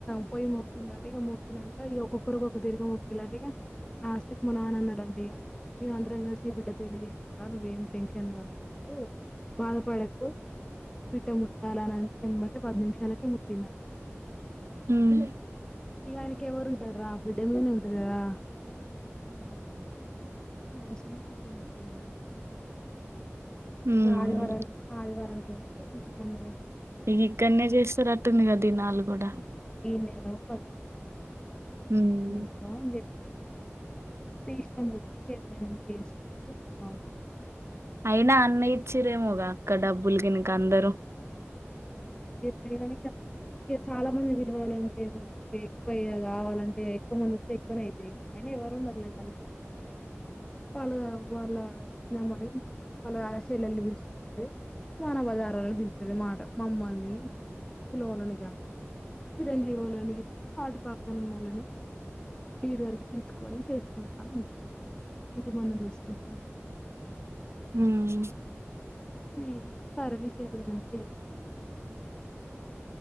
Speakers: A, on the left; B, on the right.
A: పోయి మొక్కిండట ఇగ మొక్కినంక ఇగ ఒక్కొక్కరు ఒక్కొక్క తీరుగ మొక్కిళ్ళంట లాస్ట్ కు మ నాన అన్నడంటిగా మేం అందరం కలిసి నీ బిడ్డ పెళ్లి చెత్తం రా నువ్వేం టెన్షన్ పడకు బాధపడకు పిట్ట ముట్టాలనంటే ఎమ్మటే పది నిమిషాలకే ముట్టిందంట
B: హ్మ్
A: ఇగాయనికి ఎవరు ఉంటర్ర బిడ్డ మీదనే ఉంటది గదా మంచిగనే పిట్ట ముట్టిందట
B: హ్మ్.
A: ఇగ ఆదివారం ఆదివారం రోజు ఇంటిముందు
B: ఇగిక్కడ్నే చేస్తరట్టుంది కదా దినాలు గుడ
A: నేరో పది కిలలో చికన్ దెచ్చి ఇంటిముందు
B: హ్మ్.
A: చెత్తం అని చెప్పిండట అన్న ని ఇష్టం వదినే నిక్ షేతనైనంత చేసుకోమని చెప్పింది మా అమ్మ
B: అయినా అన్ని ఇచ్చిర్రేమోగా అక్క డబ్బులు గినక అందరూ
A: చెత్తలేదేమో ఇంక ఇగ చాలా మంది పిలవాలంటే ఎక్కువ గావాలంటే ఎక్కువ మంది ఒత్తె ఎక్కువనే అయితయి గదరా అయి న ఎవరున్నరులే వాళ్ళక్ గని వాళ్ళుగా వాళ్ళ చిన్నమ్మని వాళ్ళ చెల్లెల్ని పిల్సుకుంటది మాన బజారోల్లని పిలుత్తది మాట మమ్మల్ని కులమొల్లని గిట్ల చిరంజీవోలని గిట్లా అటుపక్కనున్నోళ్ళని ఈడి వరకు పిలుచుకొని చేసుకుంటా అంటే ఇంటి ముందు జేసుకుంట అది
B: ఉమ్
A: ఏమో సరే నీకు చేతనైనంత చేసుకో అని చెప్పిన